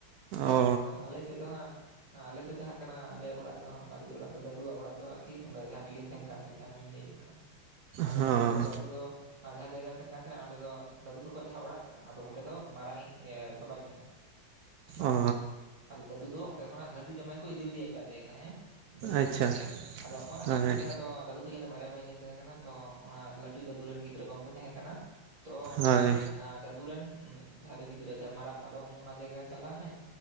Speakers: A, on the right (about 40°); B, on the right (about 85°).
A: ᱦᱮᱸ
B: ᱚ
A: ᱟᱫᱚ ᱟᱞᱮ ᱥᱮᱫ ᱫᱚ ᱦᱟᱸᱜ ᱟᱞᱮ ᱫᱚ ᱡᱟᱦᱟᱸ ᱠᱟᱱᱟ ᱟᱞᱮ ᱚᱲᱟᱜ ᱫᱚ ᱢᱟᱨᱮ ᱚᱲᱟᱜ ᱫᱚ ᱫᱟᱫᱩᱣᱟᱜ ᱚᱲᱟᱜ ᱫᱚ ᱟᱨᱠᱤ ᱚᱸᱰᱮ ᱡᱟᱦᱟᱸ ᱴᱮᱱᱮᱞᱤᱧ ᱛᱟᱦᱮᱱ ᱠᱟᱱ ᱛᱟᱦᱮᱱ ᱡᱟᱦᱟ ᱵᱤᱱ ᱞᱟᱹᱭᱮᱫ ᱠᱟᱱ ᱟᱫᱚ
B: ᱦᱚᱸ
A: ᱱᱤᱛᱚᱜ ᱫᱚ ᱫᱟᱫᱩ ᱫᱚ, ᱡᱟᱦᱟᱸ ᱡᱟᱭᱜᱟ ᱨᱮ ᱛᱟᱦᱮᱱ ᱠᱟᱱ ᱛᱟᱦᱮᱱᱟ ᱚᱸᱰᱮ ᱫᱚ ᱫᱟᱫᱩ ᱛᱟᱠᱚᱣᱟᱜ ᱡᱟᱦᱟᱸ ᱚᱲᱟᱜ ᱠᱟᱱᱟ, ᱟᱫᱚ ᱚᱸᱰᱮ ᱫᱚ ᱢᱟᱨᱟᱝ ᱤᱡ ᱵᱟᱵᱟᱭ ᱛᱟᱦᱮᱱᱟᱭ ᱾ ᱢᱟᱨᱟᱝ
B: ᱚ
A: ᱵᱟ, ᱟᱨ ᱫᱟᱹᱫᱩ ᱫᱚ ᱚᱸᱰᱮ ᱠᱷᱚᱱᱟᱜ ᱜᱟᱹᱨᱫᱤ ᱡᱟᱶᱟᱭ ᱠᱚ ᱤᱫᱤ ᱞᱮᱫᱮᱭᱟ ᱮᱴᱟᱜ ᱡᱟᱭᱜᱟ ᱦᱮᱸ ᱡᱟᱦᱟᱸ
B: ᱟᱪᱪᱷᱟ
A: ᱨᱮ ᱦᱮᱱᱟᱜ ᱞᱮ ᱟᱫᱚ ᱚᱱᱟ
B: ᱦᱳᱭ
A: ᱠᱷᱟᱹᱛᱤᱨ ᱛᱮ ᱟᱫᱚ ᱫᱟᱫᱩ ᱠᱤᱱ ᱫᱚ ᱵᱟᱨᱭᱟ ᱵᱚᱭᱦᱟ ᱠᱤᱱ ᱛᱟᱦᱮᱸ ᱠᱟᱱᱟ ᱛᱚ ᱚᱱᱟ ᱞᱟᱹᱴᱩ ᱫᱟᱹᱫᱩ ᱨᱮᱱ ᱜᱤᱫᱽᱨᱟᱹ ᱵᱟᱝ ᱠᱚ ᱛᱟᱦᱮᱸ ᱠᱟᱱᱟ ᱾ ᱛᱚ ᱚᱱᱟ
B: ᱦᱳᱭ
A: ᱠᱷᱟᱹᱛᱤᱨ ᱛᱮ ᱫᱟᱫᱩ ᱨᱮᱱ ᱡᱟᱦᱟᱸᱭ ᱫᱚ ᱜᱤᱫᱽᱨᱟᱹ ᱡᱟᱸᱦᱟᱭ ᱢᱟᱨᱟᱝ ᱵᱟ ᱫᱚ ᱚᱱᱟ ᱡᱟᱭᱜᱟ ᱨᱮ ᱪᱟᱞᱟᱣᱱᱟᱭ